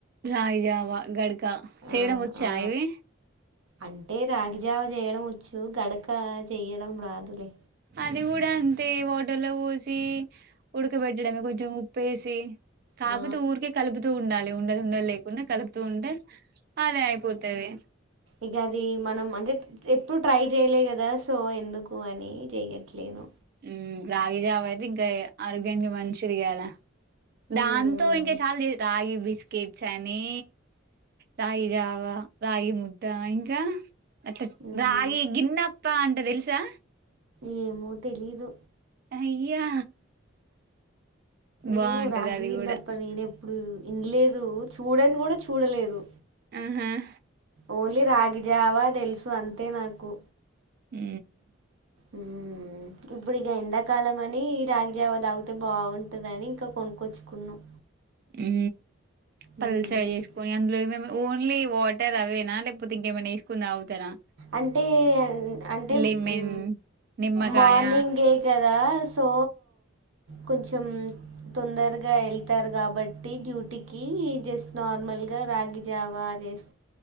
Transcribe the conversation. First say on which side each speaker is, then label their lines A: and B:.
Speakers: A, on the right (about 50°); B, on the right (about 80°).
A: రాగీ జావ గడక చేయడం
B: ఆ
A: వచ్చా
B: ఆ
A: ఇవి
B: అంటే రాగిజావ చేయడం వచ్చు గడక చేయడం రాదులే
A: అది కూడా అంతే వాటర్ లో పోసి ఉడకబెట్టడమే కొంచెం ఉప్పు ఏసి కాకపోతే
B: ఆ
A: ఊరికే కలుపుతూ ఉండాలి ఉండలు ఉండలు లేకుండా కలుపుతూ ఉంటే అదే అయిపోతది
B: ఇక అది మనం అంటేట్ ఎప్పుడు ట్రై చేయలే కదా సో ఎందుకు అని చెయ్యట్లేను
A: ఉ రాగి జావ అయితే ఇంకా ఆరోగ్యానికి మంచిది గదా దాంతో
B: ఉమ్
A: ఇంకా చాలా చెయ్ రాగి బిస్ కిడ్స్ అని రాగి జావ రాగి ముట్ట ఇంకా అట్లా
B: ఉమ్
A: రాగి గిన్నప్ప అంట తెలుసా
B: ఏమో తెలీదు
A: అయ్యా బాగుంటది
B: ఏమో రాగి
A: అది
B: ఈన్నప్ప
A: కూడా
B: నేను ఎప్పుడు వినలేదు చూడని కూడా చూడలేదు
A: ఆహాహు
B: ఓన్లీ రాగిజావా తెలుసు అంతే నాకు
A: ఉ
B: ఉ ఇప్పుడు ఇక ఎండాకాలం అని రాగిజావ తాగుతే బాగుంటదని ఇంకా కొనుక్కొచ్చుకున్నాం
A: ఉ పలుసగా
B: మ్మ్.
A: చేసుకొని అందులో ఏం ఏం ఓవన్ ఓన్లీ వాటర్ అవేనా లేకపోతే ఇంకా ఏమన్నా వేసుకొని తాగుతారా
B: అంటే అన్ అంటే
A: లెమన్
B: అం
A: నిమ్మకాయ
B: మార్నింగే కదా సో కొంచెం తొందరగా వెళ్తారు కాబట్టి డ్యూటీకి జస్ట్ నార్మల్ ర్మల్గా రాగి జావా చేస్